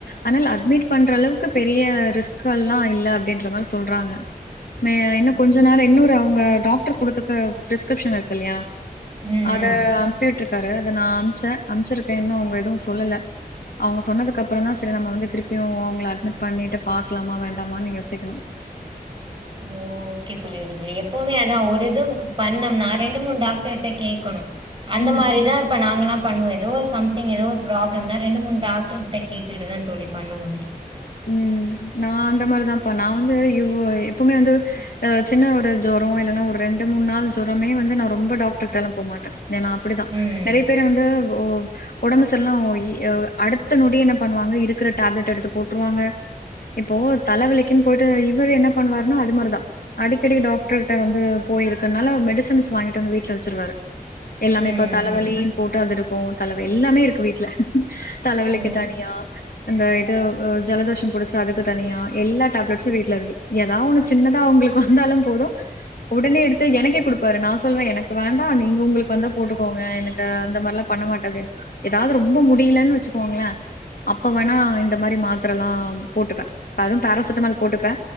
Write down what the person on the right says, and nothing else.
ம்.
ம்,
ம்.
ஓ, ஓகே தோ தோழி அது எப்பவுமே அதா ஒரு இது பண்ணம்னா ரெண்டு மூணு டாக்டர்ட்ட கேக்கணு அந்த
மாரிதா இப்ப நாங்கல்லா பண்ணுவோ ஏதோ ஒரு சம்திங் ஏதோ ஒரு ப்ராப்ளம்னா ரெண்டு மூணு டாக்டர்கிட்ட கேட்டுட்டுதா தோழி பண்ணுவோமே
ம்,
ம்,
ம்.
ஓ!